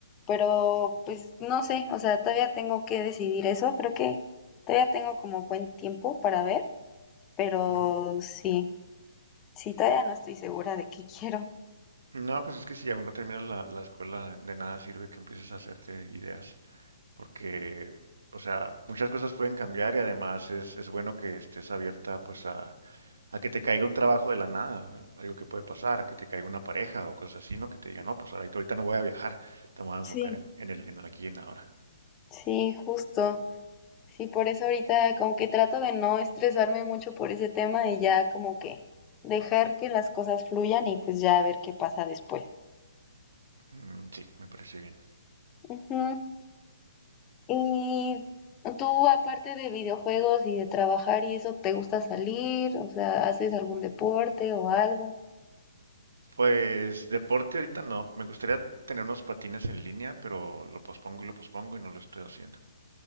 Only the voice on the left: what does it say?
Pero pues no sé, o sea, todavía tengo que decidir eso. Creo que todavía tengo como buen tiempo para ver, pero
sí, sí, todavía no estoy segura de qué <laughs> quiero.
Sí,
Sí, justo. Sí, por eso ahorita como que trato de no estresarme mucho por ese tema y ya como que dejar que las cosas fluyan y pues ya ver qué pasa después.
Ujú. Y tú, aparte de videojuegos y de trabajar y eso, ¿te gusta salir? O sea, ¿haces algún deporte o algo?